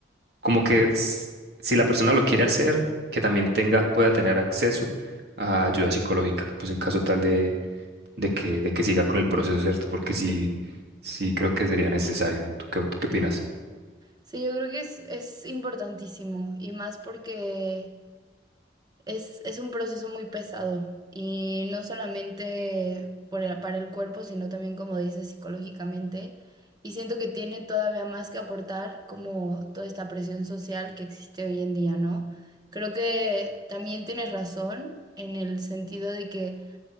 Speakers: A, on the right; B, on the right.
A: como que s- si la persona lo quiere hacer, que también tenga, pueda tener acceso a ayuda psicológica, pues en caso tal de que, de que siga con el proceso, ¿cierto? Porque sí, sí creo que sería necesario. ¿Tú qué, tú qué opinas?
B: Sí, yo creo que es, es importantísimo y más porque es, es un proceso muy pesado y no solamente por el- para el cuerpo, sino también, como dices, psicológicamente. Y siento que tiene todavía más que aportar como toda esta presión social que existe hoy en día, ¿no? Creo que también tienes razón en el sentido de que...